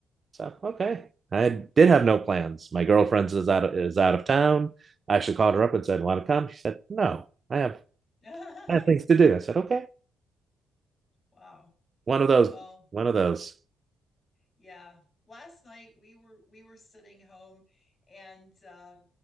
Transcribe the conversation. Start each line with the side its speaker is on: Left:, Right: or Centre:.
Right: So okay, I did have no plans. My girlfriend is out of, is out of town. I actually called her up and said, "Want to come?" She said, "No, I have
Left: <laughs>
Right: I have things to do." I said, "Okay,
Left: wow.
Right: one of those,
Left: Well,
Right: one of those."
Left: yeah last night we were we were sitting home and uh,